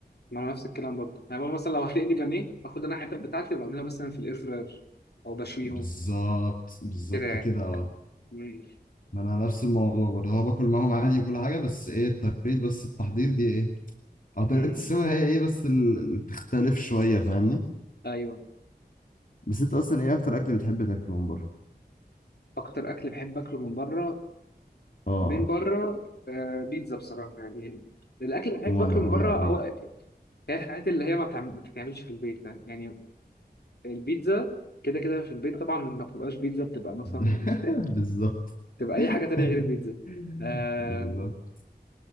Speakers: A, on the left; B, on the left.
A: ما انا نفس الكلام برضه يعني ماما مثلا لو هتقلي بانيه باخد انا الحتت بتاعتي وبعملها مثلا في الاير فراير او بشويهم
B: بالظبط بالظبط
A: كده يعني
B: كده اه
A: امم
B: ما انا نفس الموضوع برضه هو باكل معاهم عادي وكل حاجه بس ايه طريقه بس التحضير دي ايه او طريقه
A: امم
B: السوا هي ايه بس ال- اللي بتختلف شويه فاهمني
A: ايوه
B: بس انت اصلا ايه اكتر اكل بتحب تاكله من بره
A: اكتر اكل بحب اكله من بره
B: اه
A: من بره آه بيتزا بصراحه يعني الاكل اللي بحب
B: وانا
A: اكله من
B: وانا
A: بره
B: قوي
A: هو هي الحاجات اللي هي ما بتعمل- ما بتتعملش في البيت فاهم يعني البيتزا كده كده في البيت طبعا ما بتبقاش بيتزا بتبقى مثلا
B: <laughs> بالظبط
A: <laughs> بتبقى اي
B: <laughs>
A: حاجه تانية غير البيتزا آه
B: بالظبط